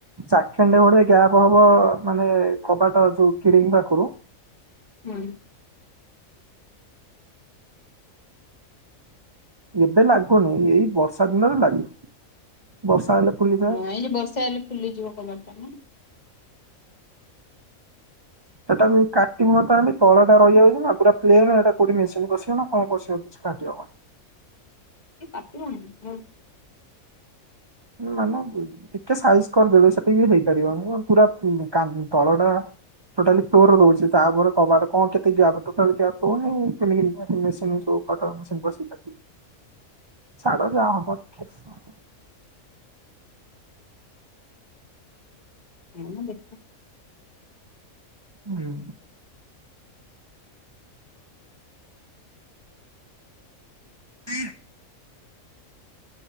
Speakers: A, on the right; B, on the left.
A: ଚାଖେଣ୍ଡେ ଭଳିଆ ଗ୍ୟାପ୍ ହବ ମାନେ କବାଟ ଯୋଉ ଫିଡିଙ୍ଗ ପାଖରୁ।
B: ମାନେ?
A: ଏବେ ଲାଗୁନି ଏଇ ବର୍ଷା ଦିନରେ ଲାଗିବ। ବର୍ଷା ହେଲେ ଫୁଲି
B: ହଁ ଏଇ ଯେ ବର୍ଷା ହେଲେ ଫୁଲିଯିବ କବଟା ନା। <inaudible>
A: ସେଟାକୁ କାଟିବ ତାହେଲେ ତଳ ଟା ରହିଯାଉଚି ନା ପୁରା ପ୍ଲେନ୍ ଏଟା କୋଉଟି ମେସିନ୍ ପଶିବ ନା କଣ ପଶିବ କି। ଛି କାଟି ହବନି।
B: ଏ କାଟିବ ନାହିଁ ନା କଣ?
A: ମାନେ ଟିକେ ସାଇଜ୍ କରିଦେବେ, ସେତିକି ବି ହେଇପାରିବ, <inaudible> ପୁରା ଉଁ, କାନ୍ ତଳ ଟା ଟୋଟାଲି ଫ୍ଲୋର୍ ରହୁଛି ତାପରେ କବାଟ କଣ କେତେ ଗ୍ୟାପ୍ ଟୋଟାଲି ଗ୍ୟାପ୍ ହଉନି <unintelligible> ହେଲେ <unintelligible> ପଠଉନ <unintelligible>
B: <inaudible>
A: ଛାଡ ଯା ହବ ଦେଖାଯିବ।
B: ମୁଁ ଦେଖେ
A: <inaudible> ହଁ <unintelligible>